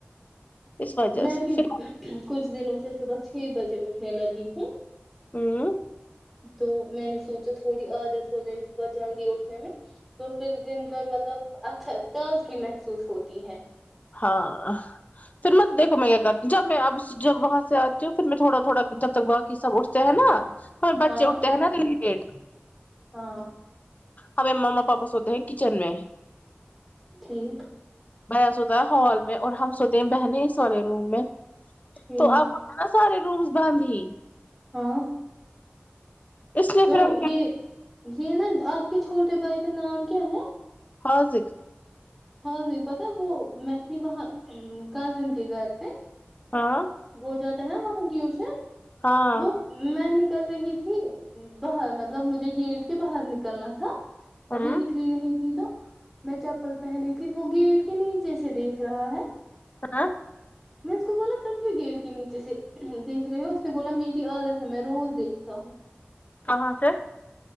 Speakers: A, on the left; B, in the centre.
A: اس وجہ
B: میں
A: سے
B: بھی
A: پھر
B: کچھ دنوں سے صبح چھ بجے اٹھنے لگی ہوں
A: ہوں
B: تو میں نے سوچا تھوڑی عادت ہو جائے صبح جلدی اٹھنے میں تو پھر دن بھر مطلب اچھا تازگی محسوس ہوتی ہے
A: ہاں پھر میںیکو میں کیا کرتی ہوں جب میں اب جب وہاں سے آتی ہوں پھر میں تھوڑا تھوڑا جب تک باقی سب اٹھتے ہیں نا ہم بچے
B: ہاں
A: اٹھتے ہے نا ر ایکٹ
B: ہاں
A: ہمیں ما پاپا سوتے ہیں کچن میں
B: ٹھیک
A: ب س ہوتا ہے ہال میں اور ہم سوتے ہیں بہنیں س والے روم میں
B: ٹھیک
A: تو سارے رومز بند ہی
B: ہاں
A: اس لیے
B: تو
A: پھر ہم کیا
B: یہ یہ نا آپ کے چھوٹے بھائی کا نام کیا ہے
A: حاضق
B: ہاں جی پتا وہ میں تھی وہاں کزن کے گھر پہ
A: ہاں
B: بہت زیادہ ہے من ٹیوشن
A: ہاں
B: وہ میں نے نکل رہی تھی باہر مطلب مجھے گیٹ کے باہر نکلنا تھا
A: ہوں
B: ابھی نکلی نہیں تھی تو میں چاپل پہن رہی تھی وہ گیٹ کے نیچے سے دیکھ رہا ہے
A: ہاں
B: میں اس کو بولا تم کیوں گیٹ کے نیچے سے دیکھ رہے ہو اس نے بولا میری عادت ہے میں روز دیکھتا ہوں
A: کہاں سے